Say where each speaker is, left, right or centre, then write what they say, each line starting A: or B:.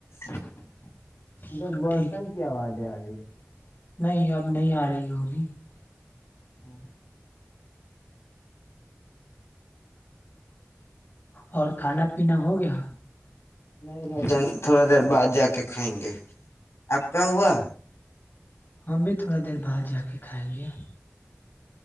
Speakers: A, on the left; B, on the left.
A: ادھر
B: سب
A: برتن
B: ٹھیک
A: کی آواز ہے آگی <unintelligible>
B: نہیں اب نہیں آ رہی ہوگی
A: <inaudible>
B: اور کھانا پینا ہو گیا
A: نہیں بھیجیں تھوڑی در بعد جیک کھینچ آپکا ہوا
B: ہم بھی تھوڑا دیر بعد جا کے کھائیں گے